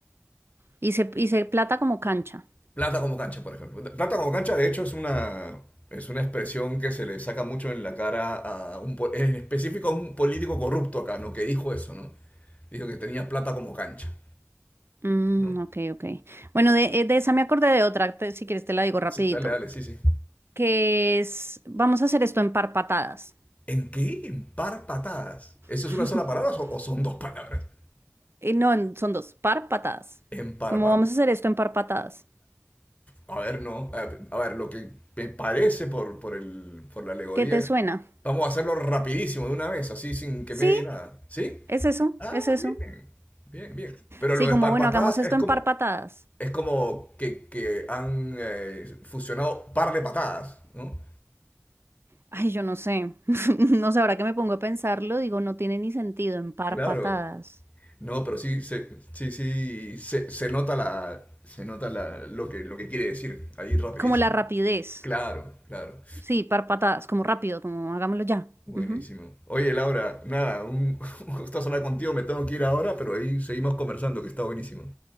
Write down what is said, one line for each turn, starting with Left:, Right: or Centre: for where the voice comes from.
Right: Y se, y se plata como cancha.
Left: Plata como cancha, por ejemplo. Plata como cancha, de hecho, es una, es una expresión que se le saca mucho en la cara a un, po- en específico a un político corrupto acá, ¿no? Que dijo eso, ¿no? Dijo que tenía plata como cancha,
Right: Mm,
Left: ¿no?
Right: ok, ok. Bueno, de, eh, de esa me acordé de otra, te- si quieres te la digo rapidito,
Left: Sí, dale, dale, sí, sí.
Right: que es, vamos a hacer esto en par patadas.
Left: ¿En qué? En par patadas. ¿Eso
Right: <laughs>
Left: es una sola palabra o, o son dos palabras?
Right: Eh, no, en- son dos, par patadas.
Left: En par
Right: ¿Cómo vamos a hacer esto en par patadas?
Left: A ver, no. A ver, a ver, lo que me parece por, por el, por la alegoría
Right: ¿Qué te
Left: es.
Right: suena?
Left: Vamos a hacerlo rapidísimo de una vez, así sin que
Right: Sí,
Left: medie nada. ¿Sí?
Right: es eso,
Left: Ah,
Right: es eso.
Left: bien. Bien, bien. Pero
Right: Sí,
Left: lo de
Right: como
Left: par
Right: bueno,
Left: patadas
Right: hagamos esto
Left: es como.
Right: en par patadas.
Left: Es como que, que han eh, fusionado par de patadas, ¿no?
Right: Ay, yo no sé. <laughs> No sé, ahora que me pongo a pensarlo, digo, no tiene ni sentido en par
Left: Claro.
Right: patadas.
Left: No, pero sí, se, sí, sí, se, se nota la, se nota la, lo que, lo que quiere decir ahí rapidísimo.
Right: Como la rapidez.
Left: Claro, claro.
Right: Sí, par patadas, como rápido, como hagámoslo ya.
Left: Buenísimo.
Right: Ujú.
Left: Oye, Laura, nada, un, <laughs> un gustazo hablar contigo, me tengo que ir ahora, pero ahí seguimos conversando, que está buenísimo.